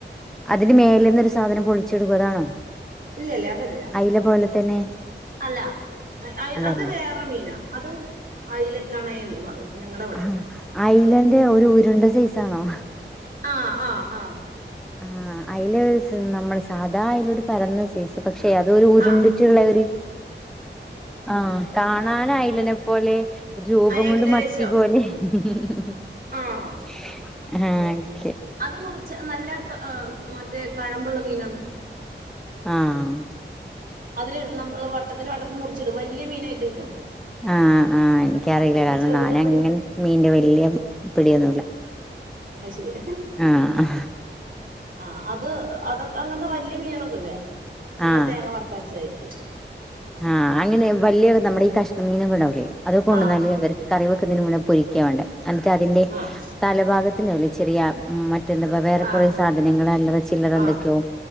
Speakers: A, in the centre; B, on the right (about 50°).
A: അതിന്റെ മേലന്നൊരു സാധനം പൊളിച്ചെടുക്കുകതാണോ?
B: ഇല്ല ഇല്ലേ അതല്ല.
A: അയില പോലെ തന്നെ.
B: അല്ല അ
A: അതല്ല
B: അത് വേറെ മീനാ, അത് അയ്ലക്കണയൻന്ന് പറയും. ഞങ്ങടെ ഇവിടെ
A: ഹാ ഐല ൻ്റെ ഒരു ഉരുണ്ട സൈസാണോ?
B: ആഹ് ആ ആ.
A: ആഹ് അയില് സ് നമ്മൾ സാധാ അയിലൊരു പരന്ന പക്ഷെ അതൊരു ഉരുണ്ടിട്ടുള്ള
B: ആഹ്
A: ഒര് ആഹ് കാണാനായിലനേ പോലെ രൂപം
B: ഏകദേശം
A: കൊണ്ട് മത്തി പോലെ. ഹ് ഹ്
B: ആഹ്.
A: ആഹ്
B: അത് മുറിച്ച നല്ല ഹ് മറ്റേ കഴമ്പുള്ള മീനാണ്.
A: ആഹ്
B: അതില് നമ്മള് വട്ടത്തിന് വട്ടത്തിന് മുറിച്ചടും വലിയ മീനായിട്ട് കിട്ടും.
A: ആഹ് ആഹ് എനിക്കറിയില്ല
B: അതിന്റെ
A: കാരണം
B: ചെറുതും
A: ഞാന
B: വരും
A: അങ്ങനെ മീന്റെ വല്ല്യ പിടിയൊന്നുല്ല.
B: അയ് ശെരി.
A: ആഹ്
B: ആഹ് അത് അതൊക്കെ അങ്ങൻത്തെ വലിയ മീനുകളൊക്കെല്ലേ ഞങ്ങൾ
A: ആഹ്
B: തേങ്ങ വറ പരിചയയിട്ടില്ല.
A: ആഹ് അങ്ങനെ വല്ല്യ നമ്മടെ ഈ കഷ്ണമീനൊക്കെ ണ്ടാവൂലേ, അത് കൊണ്ടുന്നാല്
B: ആഹ് ആഹ്
A: ഇവര് കറി വെക്കുന്നതിന് മുന്നേ പൊരിക്കാ വേണ്ടേഎന്നിട്ട് അതിന്റെ
B: ആഹ്
A: തലഭാഗത്തണ്ടാവൂലെ ചെറിയ ഉം മറ്റെന്താപ്പ വേറെ
B: ആഹ്
A: കുറെ സാധനങ്ങള് അല്ല ചിലരെ എന്തൊക്കൊയൊ
B: ആഹ്